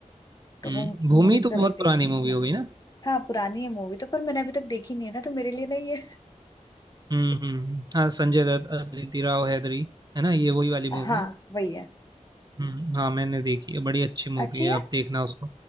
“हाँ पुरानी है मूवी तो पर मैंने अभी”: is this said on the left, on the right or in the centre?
Left